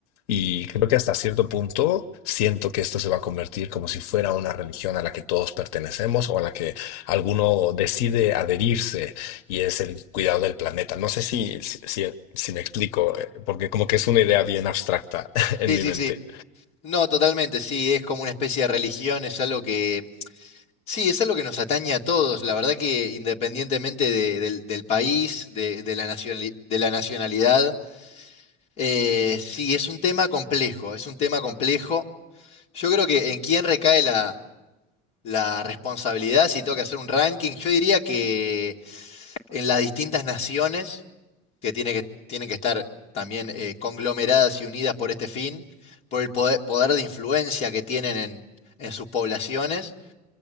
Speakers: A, on the left; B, on the left.
A: Y creo que hasta cierto punto siento que esto se va a convertir como si fuera una religión a la que todos pertenecemos o a la que alguno decide adherirse y es el cuidado del planeta. No sé si, si, si- si me explico, eh, porque como que es una idea bien abstracta <laughs> en
B: Sí,
A: mi
B: sí,
A: mente.
B: sí. No, totalmente, sí, es como una especie de religión, es algo que, sí, es algo que nos atañe a todos, la verdad que independientemente de- del, del país, de, de la nacionali- de la nacionalidad, eh, sí, es un tema complejo, es un tema complejo. Yo creo que en quién recae la la responsabilidad, si tengo que hacer un ranking, yo diría que en las distintas naciones que, tiene que tienen que estar también eh, conglomeradas y unidas por este fin, por el poder, poder de influencia que tienen en, en sus poblaciones